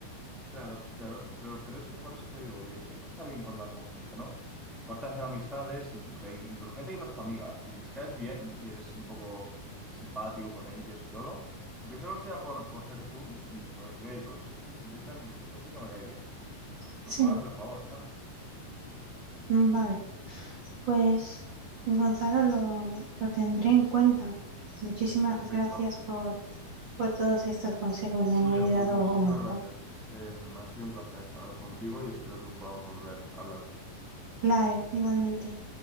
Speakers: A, in the centre; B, on the right (about 40°).
A: Claro, claro, pero, pero eso por eso te digo que siempre está bien contar con gente, ¿no? Aparte de hacer amistades, incluso, incluso gente que no es tu amiga, si les caes bien y eres un poco simpático con ellos y todo, aunque solo sea por, por ser tú y por decir, oye, pues este- esta, esta chica me cae bien, pues, pues
B: Sí,
A: te van a hacer el favor, ¿sabes?
B: mm, vale. Pues,
A: Y digo,
B: Gonzalo,
A: Sí, sí.
B: lo, lo tendré en cuenta. Muchísimas
A: Perfecto.
B: gracias por, por todos estos consejos, me
A: Julia,
B: han ayudado
A: pues muchísimas
B: un montón.
A: gracias. Em, ha sido un placer hablar contigo y espero que podamos volver a hablar.
B: Claro, igualmente.